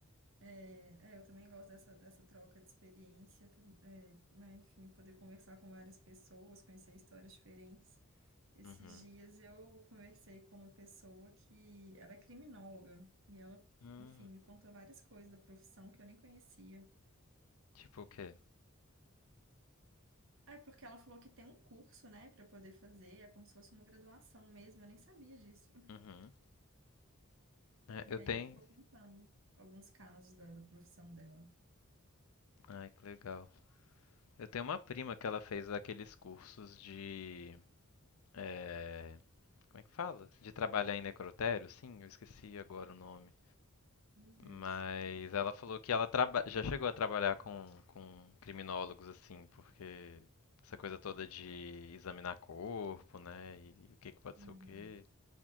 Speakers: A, on the right (about 60°); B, on the left (about 75°).
A: É, é, eu também gosto dessa, dessa troca de experiência, tam- é, né? Enfim, poder conversar com várias pessoas, conhecer histórias diferentes. Esses
B: Uhum.
A: dias eu conversei com uma pessoa que ela é criminóloga e ela,
B: Hum,
A: enfim, me contou várias coisas da profissão que eu nem conhecia.
B: tipo o quê?
A: Ah, é porque ela falou que tem um curso, né, para poder fazer, é como se fosse uma graduação mesmo, eu nem sabia disso.
B: Uhum. É,
A: E
B: eu tenho.
A: aí ela ficou contando alguns casos da, da profissão dela.
B: Ai, que legal. Eu tenho uma prima que ela fez aqueles cursos de. eh, Como é que fala? De trabalhar em necrotério? Sim, eu esqueci agora o nome.
A: Meu Deus.
B: Mas ela falou que ela traba- já chegou a trabalhar com, com criminólogos, assim, porque essa coisa toda de examinar corpo, né? E o que que pode
A: Uhum.
B: ser o quê.